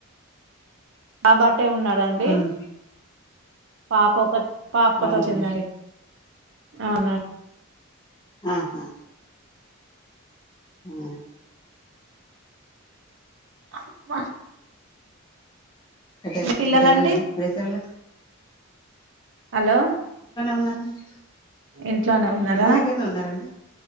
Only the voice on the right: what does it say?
మా బాబు అట్ అట్టే ఉన్నాడండి
పాప ఒక పాపకతో
చెందడి అవునా
అబ్బ
పిల్లలండి
హలో
ఇంట్లోనే ఉన్నారా